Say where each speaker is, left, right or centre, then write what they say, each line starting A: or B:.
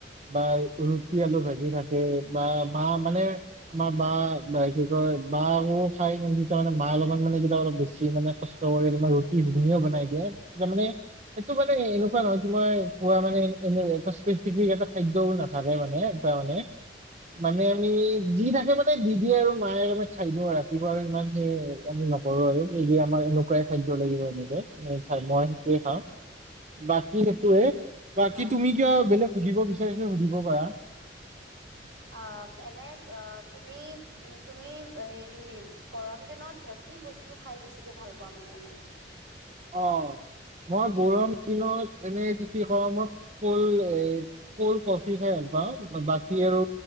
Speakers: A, on the right; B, on the right.
A: বা ৰুটি আলু ভাজি থাকে। বা মা মানে আমাৰ বা কি কয় বা মোৰ চাৰিজনী। তাৰমানে মা লগত মানে যেতিয়া অলপ বেছি মানে কষ্ট কৰি ৰুটিও ঘুগনীও বনাই দিয়ে। সেইটো মানে এনেকুৱা নহয় কি মই খোৱা মানে এনে এটা স্পেচিফিক এটা খাদ্যও নাথাকে মানে এটা মানে মানে আমি যি থাকে মানে দি দিয়ে আৰু মায়ে আমি খাই দিওঁ আৰু ৰাতিপুৱা আৰু ইমান সি আমি নকৰো আৰু এই আমাৰ এনেকুৱাই খাদ্য লাগিব এনেকে মই সেইটোৱে খাওঁ। বাকী সেইটোৱে। বাকী
B: অ
A: তুমি কিবা বেলেগ সুধিব বিচাৰিছা, সুধিব পাৰা।
B: অ' এনে অ'তুমি উম তুমি হেৰি গৰম দিনত কি বস্তু খাই বেছিকে ভাল পোৱা মানে এনে?
A: অ' মই গৰম দিনত এনেই যদি কওঁ মই ক'ল্ড এই ক'ল্ড কফি খাই ভাল পাওঁ। বাকী আৰু